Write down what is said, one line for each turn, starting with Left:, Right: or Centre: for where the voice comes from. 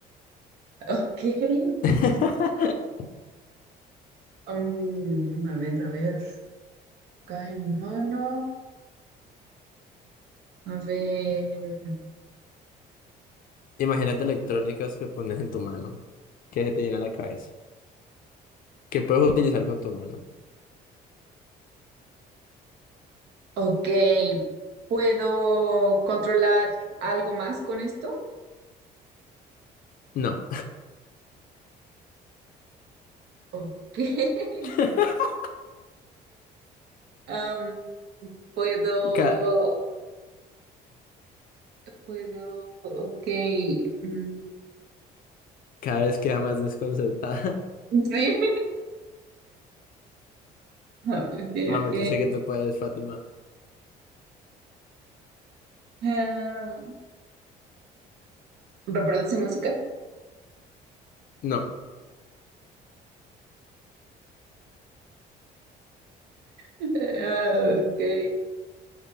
Right: Ok. <laughs>
Left: <laughs>
Right: Mm, a ver, a ver. Acá en mi mano. A ver.
Left: Imagínate electrónicas que pones en tu mano, que se te llena la cabeza, que puedes utilizar con tu mano.
Right: Ok, ¿puedo controlar algo más con esto?
Left: No,
Right: Ok, <laughs>
Left: <laughs>
Right: am, puedo,
Left: cada,
Right: puedo, ok, mm,
Left: cada vez queda más desconcertada.
Right: sí, <laughs>
Left: <laughs>
Right: ok,
Left: Vamos,
Right: ok,
Left: yo sé que tú puedes, Fátima.
Right: ah, reproduce música,
Left: No,
Right: <laughs> Ah, ok,